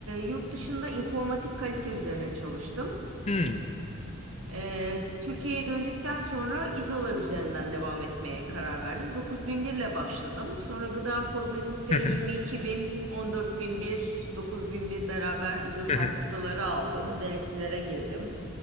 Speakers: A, on the right; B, on the left.
A: yurt dışında informatik kalite üzerine çalıştım.
B: Hmm.
A: Ee, Türkiye'ye döndükten sonra İzolar üzerinden devam etmeye karar verdim. 9001 ile başladım. Sonra gıda kozmetikte
B: Hı
A: 22.000,
B: hı,
A: 14.001, bir dokuz bin bir beraber İzo sertifikaları
B: hı hı,
A: aldım. Denetimlere girdim.